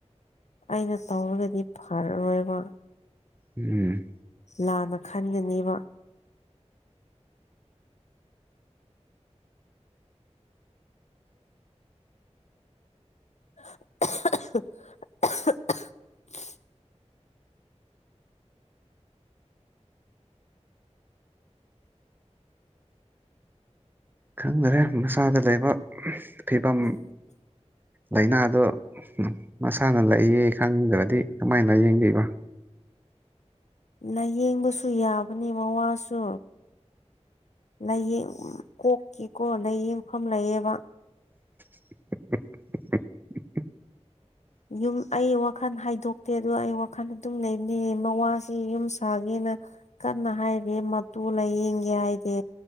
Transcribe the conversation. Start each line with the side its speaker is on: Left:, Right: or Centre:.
Left: ꯑꯩꯅ ꯇꯧꯔꯒꯗꯤ ꯐꯔꯔꯣꯏꯕ
Right: ꯎꯝ
Left: ꯂꯥꯟꯅ ꯈꯟꯒꯅꯤꯕ <unintelligible>
Right: ꯈꯪꯗꯔꯦ ꯃꯁꯥꯗ ꯂꯩꯕ ꯐꯤꯕꯝ ꯂꯩꯅꯥꯗꯣ ꯃꯁꯥꯅ ꯂꯩꯌꯦ ꯈꯪꯗ꯭ꯔꯗꯤ ꯀꯃꯥꯏ ꯅꯥꯌꯦꯡꯅꯤꯕ
Left: ꯂꯥꯏꯌꯦꯡꯕꯁꯨ ꯌꯥꯕꯅꯤ ꯃꯋꯥꯁꯨ ꯂꯩꯌꯦꯡ ꯎꯝ ꯀꯣꯛꯀꯤꯀꯣ ꯂꯥꯏꯌꯦꯡꯐꯝ ꯂꯩꯌꯦꯕ
Right: <unintelligible>
Left: ꯌꯨꯝ ꯑꯩ ꯋꯥꯈꯜ ꯍꯥꯏꯗꯣꯛꯇꯦ ꯑꯗꯣ ꯑꯩ ꯋꯥꯈꯜ ꯑꯗꯨꯝ ꯂꯩꯕꯅꯦ ꯃꯋꯥꯁꯦ ꯌꯨꯝ ꯁꯥꯒꯦꯅ ꯀꯟꯅ ꯍꯥꯏꯔꯤ ꯃꯇꯨ ꯂꯥꯏꯌꯦꯡꯒꯦ ꯍꯥꯏꯗꯦ